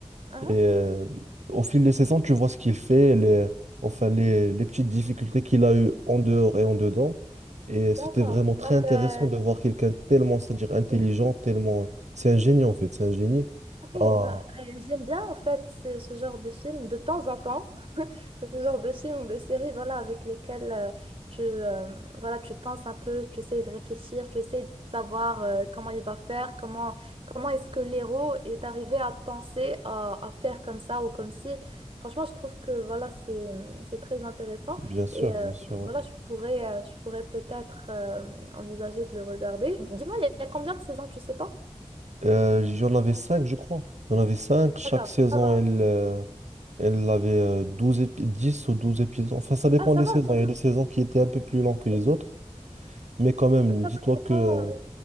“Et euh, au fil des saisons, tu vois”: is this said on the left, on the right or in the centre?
Right